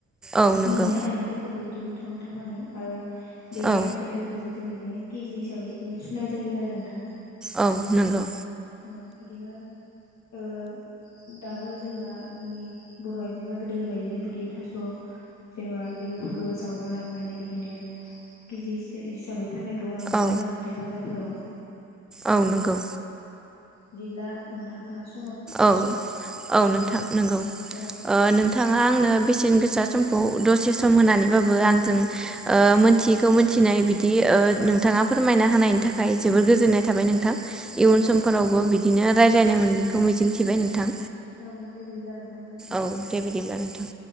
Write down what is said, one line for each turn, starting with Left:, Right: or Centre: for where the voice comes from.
Centre: औ नंगौ
Left: बिदिनो आइथिंफोरखौबो बिदि मुथा मुथा फानो आरो बे
Centre: औ
Left: थास' बेदरखौसो जों बिदिनो केजि हिसाबै सुनाय जायो आरो नोंथां
Centre: औ नंगौ
Left: औ बिदिनो ओ दाबो जेनेबा जोंनि बर' आइजोफ्रा गोदोनि बायदिनो बिदि थास' जेनोबा बेदर खौबो जावना लाबोनानै बिदिनो केजिसे हिसाबै फाननायखौ आं नुदों
Centre: औ
Left: आरो हाथाय बाजार फोराव
Centre: औ नंगौ
Left: बिदिब्ला नोंथां खोनासं
Centre: औ औ नोंथां नंगौ ओ
Left: औ
Centre: नोंथाङा आंनो बेसे न गोसा समखौ दसे सम होनानैबाबो
Left: औ
Centre: आंजों ओ मोनथियैखौ मोनथिनाय बि दि ओ
Left: औ
Centre: नोंथाङा फोरमायना होनायनि थाखाय जोबोर गोजोननाय थाबाय नोंथां इयुन
Left: औ
Centre: समफोरावबो
Left: औ
Centre: बिदिनो रायलायनो मोनगोनखौ मिजिंथिबाय नोंथां
Left: औ दे बिदिब्ला नोंथां दोनथ'नोसै
Centre: औ दे बिदिब्ला नोंथां